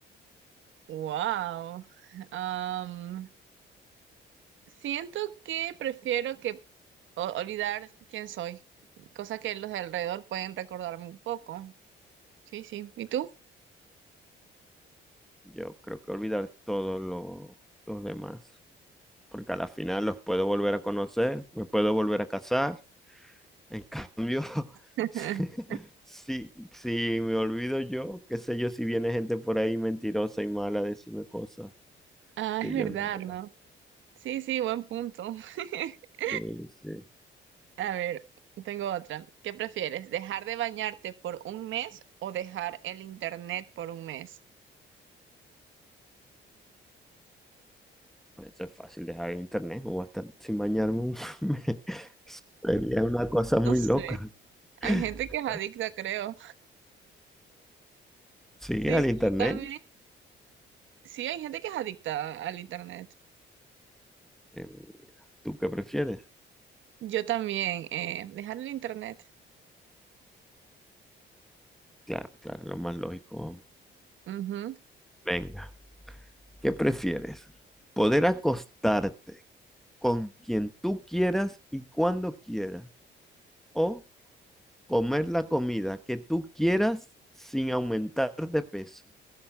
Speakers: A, on the right; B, in the centre.
A: Wow. Am, siento que prefiero que o- olvidar quién soy, cosa que los de alrededor pueden recordarme un poco. Sí, sí. ¿Y tú?
B: Yo creo que olvidar todos lo- los demás, porque a la final los puedo volver a conocer, me puedo volver a casar, En cambio,
A: <laughs>
B: <laughs> si, si, si me olvido yo, qué sé yo, si viene gente por ahí mentirosa y mala a decirme cosas
A: Ah,
B: que
A: es verdad,
B: yo no. era.
A: ¿no? Sí, sí, buen punto. <laughs>
B: Sí, sí.
A: A ver, tengo otra. ¿Qué prefieres? ¿Dejar de bañarte por un mes o dejar el internet por un mes?
B: Eso es fácil dejar el internet o hasta sin bañarme. un- <laughs> Sería una cosa muy
A: No sé.
B: loca.
A: Hay
B: <laughs>
A: gente que es adicta, creo.
B: Sí,
A: Sí,
B: al
A: sí,
B: internet.
A: yo también. Sí, hay gente que es adicta al internet.
B: Eh, mira, ¿Tú qué prefieres?
A: Yo también. Eh, dejar el internet.
B: Claro, claro, lo más lógico.
A: Ujú.
B: Venga, ¿qué prefieres? Poder acostarte con quien tú quieras y cuando quieras. o comer la comida que tú quieras sin aumentar de peso.